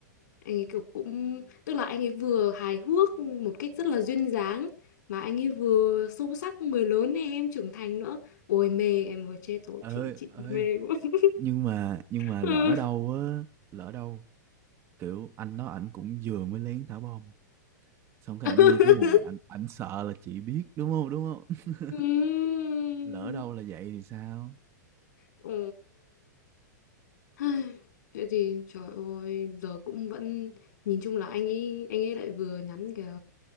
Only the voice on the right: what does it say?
ơi
ơi
nhưng mà nhưng mà
lỡ đâu á lỡ đâu kiểu anh đó ảnh cũng vừa mới lén thả bom xong cái
ảnh nghe cái mùi ảnh ảnh sợ là chị biết đúng không đúng không <laughs>
lỡ đâu là vậy thì sao